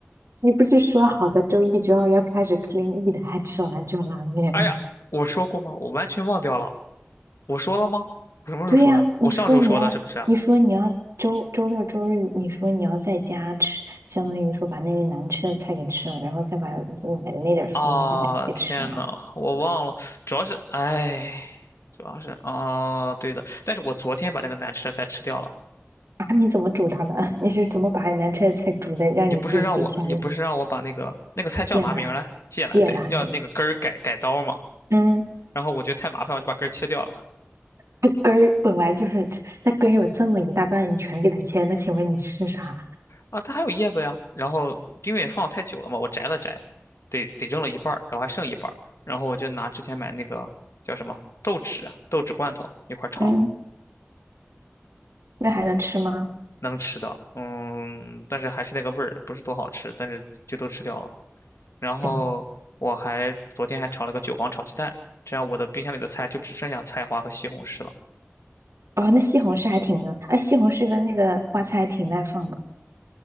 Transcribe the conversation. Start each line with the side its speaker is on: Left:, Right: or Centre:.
Right: 你不是说好的周一、周二要开始 clean eat，还吃兰州拉面？
Left: 哎呀，
Right: <laughs>
Left: 我说过吗？我完全忘掉了，我说了吗？我什么时候说的？
Right: 对呀，你说你要，
Left: 我上周说的，是不是啊？
Right: 你说你要周周六周日，你说你要在家吃，相当于说把那些难吃的菜给吃了，然后再把买的那点蔬菜给吃了。
Left: 啊，天呐，我忘了，主要是，哎，主要是啊，对的，但是我昨天把那个难吃的菜吃掉了。
Right: 啊，你怎么煮它的？<laughs> 你是怎么把难吃的菜煮的，让你自己可以下咽？
Left: 你不是让我，你不是让我把那个那个菜叫嘛名儿来？
Right: 芥兰，
Left: 芥兰，
Right: 芥兰，
Left: 对，要那个根儿改改刀嘛。
Right: 嗯，
Left: 然后我觉得太麻烦，我就把根儿切掉了。
Right: 它根儿本来就是它根儿有这么一大段，你全给它切，那请问你吃啥？
Left: 啊，它还有叶子呀。然后因为放太久了嘛，我摘了摘，得得扔了一半儿，然后还剩一半儿。然后我就拿之前买那个叫什么豆豉啊豆豉罐头一块儿炒了，
Right: 嗯，那还能吃吗？
Left: 能吃的。嗯，但是还是那个味儿，不是多好吃，但是就都吃掉了。然后我还昨天还炒了个韭黄炒鸡蛋，
Right: 行，
Left: 这样我的冰箱里的菜就只剩下菜花和西红柿了。
Right: 哦，那西红柿还挺能，哎，西红柿跟那个花菜还挺耐放的。